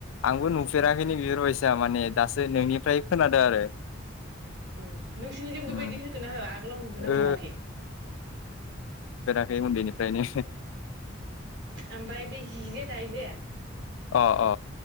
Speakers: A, on the left; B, on the right.
A: आंबो नुफेराखैनो बेफोरबायदिया माने दासो नोंनिफ्राय खोनादों आरो
B: औ नोंसोरनिजों
A: उम
B: बेबायदि होगोन ना होआ आगोलाव नुगोना नुवाखै
A: ओ खै उन्दैनिफ्रायनो
B: ओमफ्राय बे जि जे दायोजे
A: अ अ